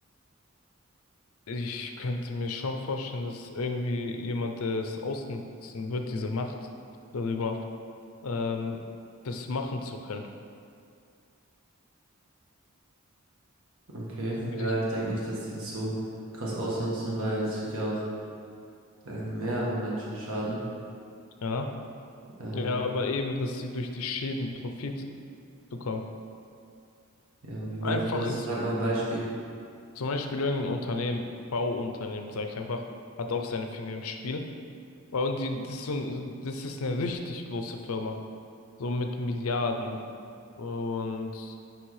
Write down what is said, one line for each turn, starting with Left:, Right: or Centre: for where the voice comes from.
Left: Ich könnte mir schon vorstellen, dass irgendwie jemand das ausnutzen wird, diese Macht darüber, ähm, das machen zu können.
Right: Okay,
Left: Würde
Right: ja,
Left: ich-
Right: ich denke nicht, dass die das so krass ausnutzen, weil das tut ja auch äh, mehreren Menschen schaden.
Left: Ja,
Right: Ähm,
Left: ja, aber eben, dass sie durch die Schäden Profit bekommen.
Right: ja, wie meinst
Left: Einfaches,
Right: du das? Sag mal ein Beispiel.
Left: zum Beispiel irgendein Unternehmen, Bauunternehmen, sage ich einfach, hat auch seine Finger im Spiel. Aber Und die, das ist so, ein- das ist eine richtig große Firma, so mit Milliarden. Und